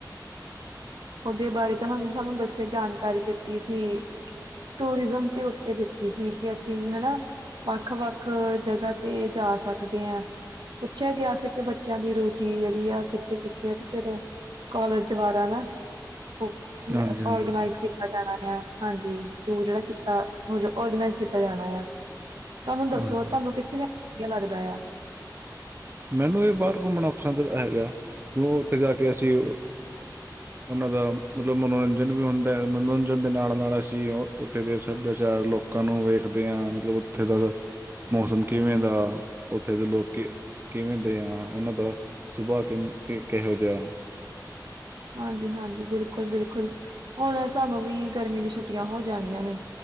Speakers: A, on the right (about 80°); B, on the right (about 30°).
A: ਓਦੇ ਬਾਰੇ ਤਾਂ ਸਾਨੂੰ, ਸਾਨੂੰ ਦੱਸਿਆ ਜਾਣਕਾਰੀ ਦਿੱਤੀ ਸੀ। ਟੂਰਿਜ਼ਮ ਤੇ ਉੱਤੇ ਦਿੱਤੀ ਸੀ ਕਿ ਅਸੀਂ ਹਨਾ, ਵੱਖ-ਵੱਖ ਜਗ੍ਹਾ ਤੇ ਜਾ ਸਕਦੇ ਆ। ਪੁੱਛਿਆ ਗਿਆ ਸੀ ਕਿ ਬੱਚਿਆਂ ਦੀ ਰੁਚੀ ਜੇੜੀ ਆ ਕਿੱਥੇ-ਕਿੱਥੇ ਆ ਤੇ ਫਿਰ ਕੋਾਲਜ ਵਾਲਾ ਨਾ ਓ
B: ਹਾਂਜੀ ਹਾਂਜੀ
A: ਔਰਗਨਾਈਜ ਕੀਤਾ ਜਾਣਾ ਆ, ਹਾਂਜੀ ਟੂਰ ਜੇੜਾ ਕੀਤਾ, ਓ ਜੋ ਔਰਗਨਾਈਜ਼ ਕੀਤਾ ਜਾਣਾ ਆ। ਤੁਹਾਨੂੰ ਦੱਸੋ,
B: ਹਾਂਜੀ
A: ਤੁਹਾਨੂੰ
B: ਹਾਂ
A: ਕਿੱਥੇ ਦਾ ਵਧੀਆ ਲੱਗਦਾ ਆ?
B: ਮੈਨੂੰ ਜੀ ਬਾਰ ਘੁੰਮਣਾ ਪਸੰਦ ਹੈਗਾ, ਮਤਲਬ ਓਥੇ ਜਾ ਕੇ ਅਸੀਂ ਓਨਾਂ ਦਾ ਮਤਲਬ ਮਨੋਰੰਜਨ ਵੀ ਹੁੰਦਾ ਐ, ਮਨੋਰੰਜਨ ਦੇ ਨਾਲ-ਨਾਲ ਅਸੀਂ ਓਥੇ ਦੇ ਸੱਭਿਆਚਾਰ ਲੋਕ ਲੋਕਾਂ ਨੂੰ ਵੇਖਦੇ ਆਂ, ਮਤਲਬ ਓਥੇ ਦਾ ਮੌਸਮ ਕਿਵੇਂ ਦਾ, ਓਥੇ ਦੇ ਲੋਕੀ ਕਿਵੇਂ ਦੇ ਆ, ਉਹਨਾਂ ਦਾ ਸੁਭਾਅ, ਕਿ ਕਿਹੋ ਜਿਹਾ?
A: ਹਾਂਜੀ -ਹਾਂਜੀ, ਬਿਲਕੁਲ -ਬਿਲਕੁਲ, ਹੁਣ ਸਾਨੂੰ ਵੀ ਗਰਮੀ ਦੀ ਛੁੱਟੀਆਂ ਹੋ ਜਾਣੀਆਂ ਨੇ।